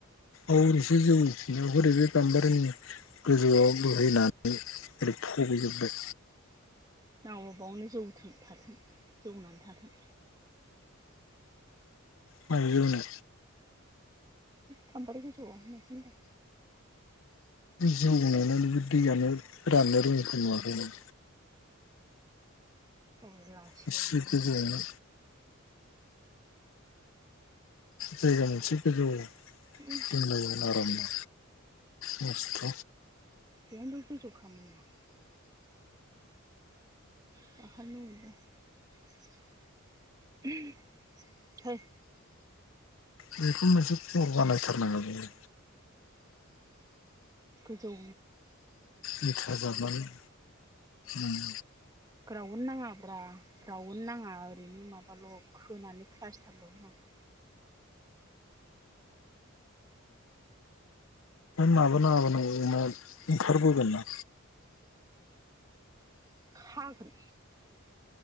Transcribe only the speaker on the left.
औरै एसे जौरि गाम्बारिनि गोजौआव बोहैनानै ओरै फबैजोबबाय
मारै‌ ज'नाय
जौ नुनानैबो दैयानो राननो रोङैखौ नुवाखै आं
बिसोर
इखो जाया ना जायगा मोनसे गोजौ दोनलायोमोन
आरामनो मस्थ'
बेखौ मोनसे फर बानायथारनांगौ बे
बिथा जाबनानै उम
माबा नाङाबा नांगौ जायोना ओंखारबोगोन ना